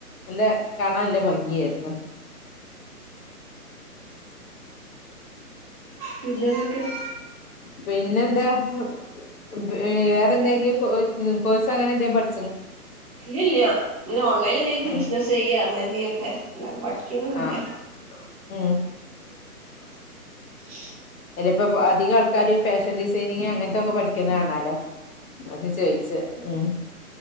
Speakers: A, on the left; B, on the right.
A: നല്ല കാണാല്ല ഭംഗിയാര്ന്ന്
B: പിന്നെന്തൊക്കെയാ
A: പിന്നെന്താഹ് വ് വേറെന്തെങ്കിം കോ കോഴ്സൊ അങ്ങനെ എന്തെങ്കിം പഠി
B: ഇല്ലില്ല്യ ങ്ങനെ ഓൺലൈന്ലെന്തേലൊക്കെ
A: ഉം
B: ബിസിനസ് ചെയ്യ അങ്ങനെ എന്തെലൊക്കെ അങ്ങനെ പഠിക്കലൊന്നൂല
A: ആഹ് ഉം
B: <unintelligible>
A: അതിലിപ്പപ് അധികാൾക്കാരും ഈ ഫാഷൻ ഡിസൈനിങ് അങ്ങൻത്തൊക്കെ പഠിക്കുന്ന കാണാല്ലോ അത ചോയിച്ചെ മ്മ്